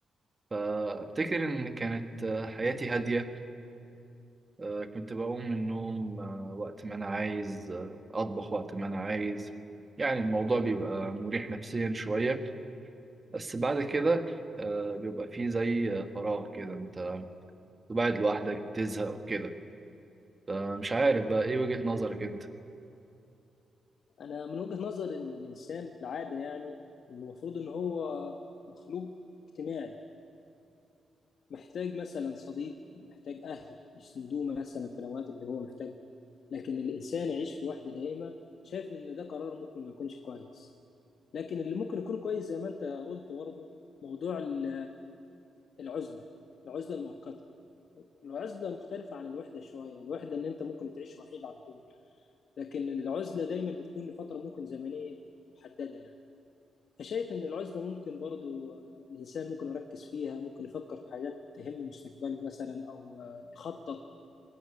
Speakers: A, on the right; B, on the left.
A: فافتكر ان كانت آه، حياتي هاديه آه، كنت بقوم من النوم آه، وقت ما أنا عايز آه، أطبخ وقت ما أنا عايز يعني الموضوع بيبقى مريح نفسيا شوية بس بعد كده آه، بيبقى فيه زي آه، فراغ كده أنت قاعد لوحدك بتزهق وكده فمش عارف بقى إيه وجهة نظرك أنت
B: انا من وجهة نظري ان الانسان في العادة يعني المفروض ان هو مخلوق اجتماعي محتاج مثلا صديق محتاج اهل يسندوه مثلا في الاوقات اللي هو محتاجها لكن الانسان يعيش في وحدة دائمة شايف ان ده قرار ممكن ما يكونش كويس لكن اللي ممكن يكون كويس زي ما انت قلت برضه موضوع ال- العزله العزله المؤقته العزله مختلفه عن الوحده شويه الوحده ان انت ممكن تعيش وحيد على طول لكن العزله دايما بتكون لفتره ممكن زمنيه محدده يعني فشايف ان العزله ممكن برضه آه، الانسان ممكن يركز فيها ممكن يفكر في حاجات تهم مستقبله مثلا او آه، يخطط